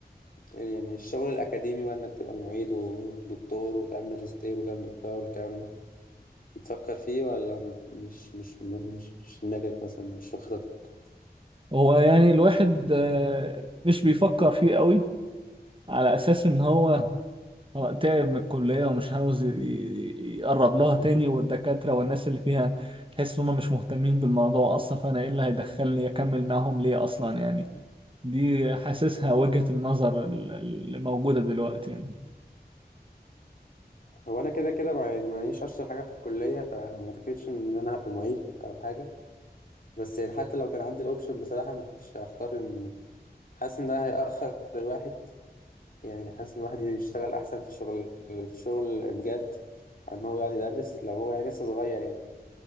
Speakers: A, on the left; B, on the right.
A: يعني الشغل الأكاديمي بقى إنك تبقى معيد ودكتور وتعمل ماجستير وتعمل دكتوراه والكلام ده بتفكر فيه ولا مت- مش مش مش مش في دماغك مثلا مش في خططك
B: هو يعني الواحد آه، مش بيفكر فيه قوي على اساس ان هو تعب من الكلية ومش عاوز ي- ي- يقرب لها
A: <laughs>
B: تاني والدكاترة والناس اللي فيها تحس ان هم مش مهتمين بالموضوع اصلا فانا ايه اللي هيدخلني اكمل معاهم ليه اصلا يعني دي حاسسها وجهة النظر ال- اللي موجودة دلوقتي يعني
A: هو أنا كده كده مع يعني مانيش أشطر حاجة في الكلية فما أعتقدش إن أنا هبقى معيد أو حاجة بس يعني حتى لو كان عندي الأوبشن بصراحة ما كنتش هختار إن حاسس إن ده هيأخر الواحد يعني حاسس إن الواحد يشتغل أحسن في الشغل في الشغل بجد عن إن هو يقعد يدرس لو هو يعني لسه صغير يعني